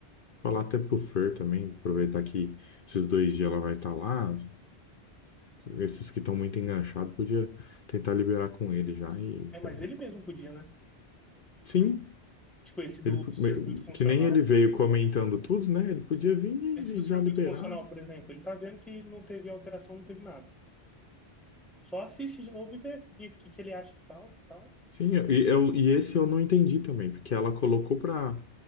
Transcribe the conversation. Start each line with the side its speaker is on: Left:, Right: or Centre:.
Left: Falar até pro Fer também, aproveitar que esses dois dias ela vai estar lá. Esses que estão muito enganchados, podia tentar liberar com ele já e
Centre: É, mas
Left: já era.
Centre: ele mesmo podia, né?
Left: Sim,
Centre: Tipo, esse do
Left: ele,
Centre: circuito funcional.
Left: que nem ele veio comentando tudo, né? Ele podia vir e,
Centre: Esse do
Left: e já
Centre: circuito
Left: liberar.
Centre: funcional, por exemplo, ele tá vendo que não teve alteração, não teve nada. Só assiste de novo e vê o que, que ele acha que falta e tal.
Left: Sim, e, eu, e esse eu não entendi também, porque ela colocou para